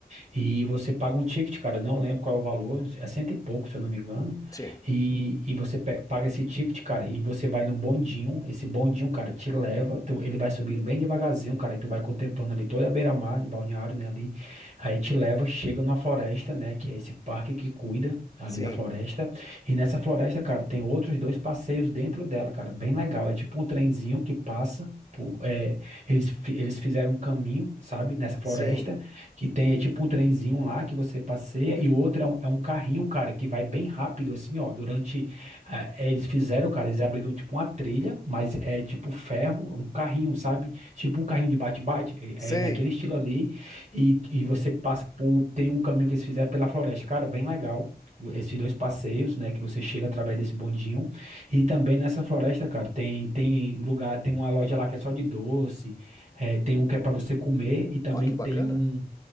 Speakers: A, on the right (about 45°); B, on the left (about 20°).
A: E você paga um ticket, cara, não lembro qual é o valor, é cento e pouco, se eu não me engano.
B: Sim,
A: E, e você pe- paga esse ticket, cara, e você vai num bondinho. Esse bondinho, cara, te leva, tu- ele vai subindo bem devagarzinho, cara, e tu vai contemplando ali toda a beira-mar de Balneário, né, ali. Aí te leva, chega numa floresta, né, que é esse parque que cuida ali
B: sim,
A: da floresta. E nessa floresta, cara, tem outros dois passeios dentro dela, cara, bem legal. É tipo um trenzinho que passa. por- é, eles, fi- eles fizeram um caminho, sabe, nessa floresta.
B: sim.
A: Que tem, é tipo um trenzinho lá que você passeia e o outro é um, é um carrinho, um cara, que vai bem rápido, assim, ó. Durante. ah, eles fizeram, cara, eles abriram tipo uma trilha, mas é tipo ferro, um carrinho, sabe? Tipo um carrinho de bate-bate, é,
B: Sei.
A: é naquele estilo ali. E, e você passa por. Tem um caminho que eles fizeram pela floresta, cara, bem legal. o- Esses dois passeios, né, que você chega através desse bondinho. E também nessa floresta, cara, tem, tem lugar, tem uma loja lá que é só de doce, é, tem um que é para você comer e também
B: Ó, que
A: tem
B: bacana.
A: um.